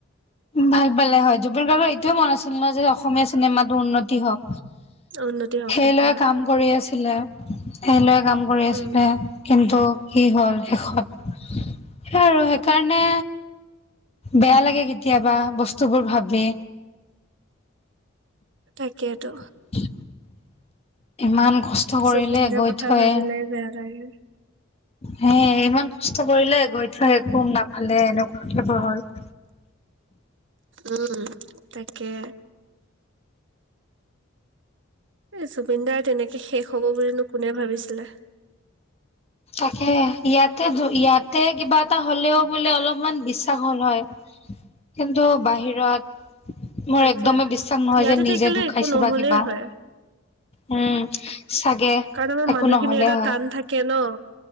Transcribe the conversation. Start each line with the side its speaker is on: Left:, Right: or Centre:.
Left: ভাল পালে হয়। জুবিন গাৰ্গৰ এইটোৱে মন আছিল নহয় যে, অসমীয়া চিনেমাটো উন্নতি হওক?
Right: উন্নতি হওক
Left: সেই
Right: তাকে
Left: লয় কাম কৰি আছিল। এনেই কাম কৰি আছিল
Right: উম,
Left: <unintelligible> ত কি হ'ল শেষত? সেই আৰু সেইকাৰণে বেয়া লাগে কেতিয়াবা বস্তুবোৰ ভাবি।
Right: তাকেইেতো।
Left: <inaudible> ইমান কষ্ট কৰিলে
Right: জুবিনদাৰ
Left: গৈ
Right: কথা
Left: থয়ে
Right: ভাবিলে বেয়া লাগে।
Left: হে ইমান কষ্ট কৰিলে গৈ থয় একো নাপালে এনেকুৱা কথাবোৰ হ'ল। <inaudible>
Right: উম, তাকে। এই জুবিনদাৰ তেনেকে শেষ হব বুলিনো কোনে ভাবিছিলে?
Left: তাকে ইয়াতে ইয়াতে কিবা এটা হ'লেও বোলে অলপমান বিশ্বাস হ'ল হয়। কিন্তু বাহিৰত মোৰ
Right: তাকে।
Left: একদমেই বিশ্বাস নহয়
Right: ইয়াতে
Left: যে নিজে
Right: থাকিলে
Left: ঢুকাইছে
Right: একো নহ'লেই
Left: বা কিবা।
Right: হয়,
Left: উম। চাগে
Right: কাৰণ আমাৰ
Left: একো
Right: মানুহখিনিৰ
Left: নহ'লে
Right: এটা
Left: হয়
Right: টান থাকে নহ।